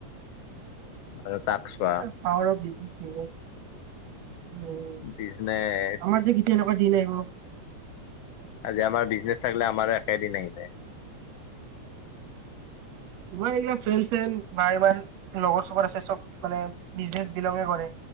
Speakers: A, on the left (about 75°); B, on the right (about 70°).
A: আৰু তাক চোৱা।
B: <inaudible> <inaudible> আমাৰ
A: বিজনেচ
B: যে এনেকুৱা দিন আহিব?
A: আজি আমাৰ বিজনেছ থাকিলে আমাৰো একেদিন আহিব।
B: <inaudible> তোমাৰ এইগিলা ফ্ৰেন শ্ৰেন বাই ওৱান লগৰ চগৰ আছে সব মানে বিজনেচ বিলগে কৰে।